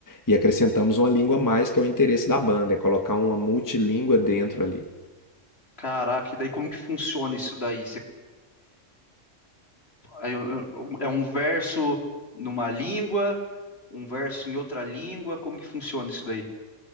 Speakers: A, on the left; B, on the left.
A: E acrescentamos uma língua a mais, que é o interesse da banda, é colocar uma multilíngua dentro ali.
B: Caraca, e daí como que funciona isso daí? Você, Aí eu- eu- um, é um verso numa língua, um verso em outra língua, como que funciona isso daí?